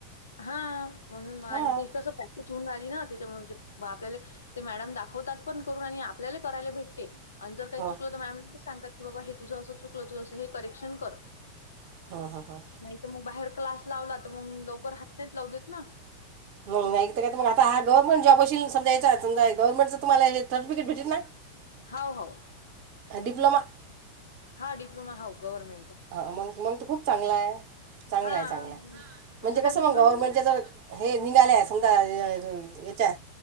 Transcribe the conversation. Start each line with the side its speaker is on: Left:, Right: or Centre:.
Left: हा म्हणून आणि
Right: हां
Left: तेची कसं प्रॅक्टिस होऊन राहिली ना त्याच्या आपल्याला ते मॅडम दाखवतात पण करून आणि आपल्याला करायला भेटते. आणि जर काही
Right: हो
Left: चुकलं तर मॅम लगेच सांगतात की बाबा हे तुझं असं चुकलं तू असं हे करेक्शन कर.
Right: हां हां हां.
Left: तर मग बाहेर क्लास लावला तर मग लवकर हात नाहीत लावु देत ना.
Right: म नाही तर का मग आ हा गवर्मंट जॉब असील समाजा याचा समजा गवर्नमेंटचं तम्हाला हे सर्टफिकेट भेटीत नाय? <inaudible>
Left: हाव हो.
Right: डीप्लोमा
Left: हा डिप्लोमा हाव गव्हरमेंटचा.
Right: मंग मंग तो खूप चांगला आहे चांगला
Left: हां,
Right: आहे चांगला आहे
Left: हो.
Right: म्हणजे
Left: सगळ्यात
Right: कसं
Left: मेन
Right: मग
Left: म्हणजे
Right: गव्हर्नमेंटच्या जर हे निघाले समजा याच्या